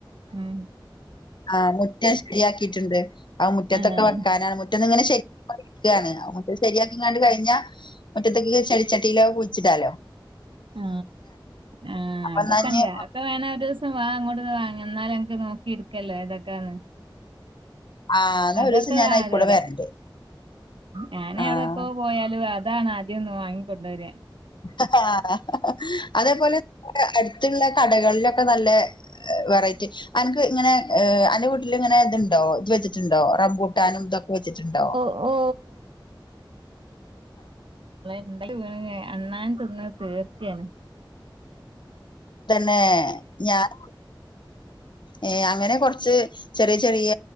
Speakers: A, on the right (about 80°); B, on the left (about 65°).
A: ഉം
B: ആമുറ്റം ശരിയാക്കിയിട്ടുണ്ട് ആ മുറ്റത്തൊക്കെ
A: ആഹ്
B: വെക്കാനാണ് മുറ്റ എന്ന ഇങ്ങനെ ശരി ക്കാണ് മുറ്റം ശരിയാക്കി കണ്ട് കഴിഞ്ഞൽ മുറ്റത്തക്ക് ചെടിച്ചട്ടിയിലോ കുടിച്ചിട്ടാലോ
A: ആ ആ അതൊക്കെ
B: എന്നാ ഇഞ്ഞ്
A: ഇണ്ട ഒക്കെ വേണ ഒരു ദിവസം വാ അങ്ങോട്ട വാങ്ങ എന്നാല നോക്കി എടുക്കല്ലോ ഇതൊക്കെയാണ്
B: ആഹ് എന്നാ
A: അതൊക്കെ
B: ഒരു ദിവസം ഞാൻ
A: വാതരാ
B: അയിക്കൂടെ വരണ്ട്
A: ഞാന
B: ആഹ്
A: എവിടെപ്പോ പോയാലും അ അതാണ് ആദ്യന്ന് വാങ്ങിക്കൊണ്ട രാ
B: ആ ആ ആ ആ അതേപോലെ അടുത്തുള്ള കടകളിലൊക്കെ നല്ല വെറൈറ്റി അനക്ക് ഇങ്ങനെ അന്റെ വീട്ടിൽ ഇങ്ങനെ ഇതുണ്ടോ ഇച്ച് വെച്ചിട്ടുണ്ടോ റംബിട്ടാനും ഇതൊ വെച്ചിട്ടുണ്ടോ
A: ഓ ഓ ന്നാലു വീണ അണ്ണാനൻ തിന്ന് തീർക്കയാണ്
B: തന്നെ ഞാൻ ഏ അങ്ങനെ കൊറച്ച് ചെറിയ ചെറിയ